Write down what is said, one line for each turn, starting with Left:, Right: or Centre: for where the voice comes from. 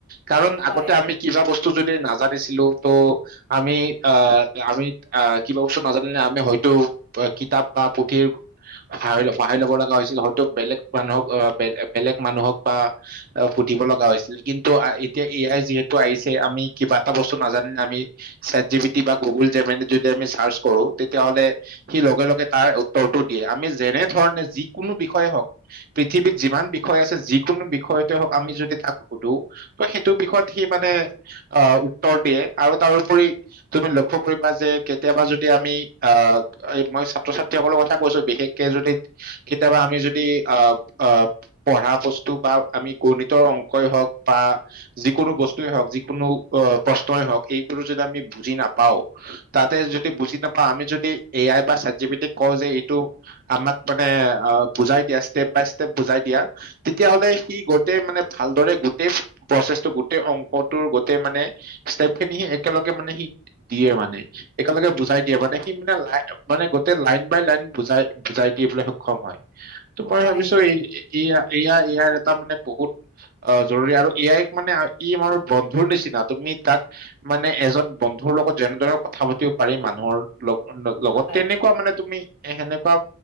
Right: কাৰণ আগতে
Left: হয়
Right: আমি কিবা বস্তু যদি নাজানিছিলো, ত' আমি আ আমি আহ, কিবা বস্তু নাজানিলে আমি হয়তো কিতাপ বা পো স সহায় ল'ব লগা হৈছিল হয়তো বেলেগ মানুহক আহেলে বেলেগ মানুহক বা, অ', সুধিব লগা হৈছিলে, কিন্তু এতিয়া এয়াই যিহেতু আহিছে, আমি কিবা এটা বস্তু নাজা, আমি, চেটজিপিটি বা গুগল জেমেনি ট যদি আমি চাৰ্চ কৰো তে, তেতিয়াাহ'লে সি লগে লগে তাৰ উত্তৰটো দিয়ে, আমি যেনে ধৰণে যিকোনো বিষয়ে হওক, পৃথিৱীত যিমান বিষয় আছে, যিকোনো বিষয়তে হওক আমি যদি তাক সুধো, ত, সেইটো বিষয়ত সি মানে আহ, উত্তৰ দিয়ে আৰু তাৰোপৰি, তুমি লক্ষ্য কৰিবা যে কেতিয়াবা যদি আমি আ, মই ছাত্ৰ ছাত্ৰীসকলৰ কথা কৈছো, বিশেষকে যদি কেতিয়াবা আমি যদি আ আ, পঢ়া বস্তু বা আমি গণিতৰ অংকই হওঁক, বা যিকোনো বস্তুৱে হওঁক যিকোনো প্ৰশ্নই হওঁক, যত আমি বুজি নাপাওঁ, তাতে, যদি বুজি নাপাওঁ, আমি যদি এ আই বা চাটজিপিটিক কওঁ যে এ, তো, আমাক মানে অ' বুজাই দিয়া ষ্টেপ বাই ষ্টেপ বুজাই দিয়া। তেতিয়াহ'লে সি গোটেই মানে ভালদৰে গোটেই প্ৰচেছটো, গোটেই অংকটোৰ গোটেই মানে ষ্টেপ খিনি একেলগে মানে সিত দিয়ে মানে, একেলগে বুজাই দিয়ে মানে সি মানে লাই মানে গোটেই লাইন বাই লাইন বুজাই বুজাই দিবলৈ সক্ষম হয়, ত মই
Left: হয়
Right: ভাবিছো এই এ এইয়া এয়া ইয়াৰ এটা মানে বহুত অ' জৰুৰী আৰু এ আইক মানে আ ই আমাৰ বন্ধুৰ নিচিনা, তুমি তাক মানে এজন বন্ধুৰ লগত যেনেদৰে কথা পাতিব পাৰি মানুহৰ লগ লগত
Left: হয়
Right: তেনেকুৱা মানে তুমি এ সেনেকুৱা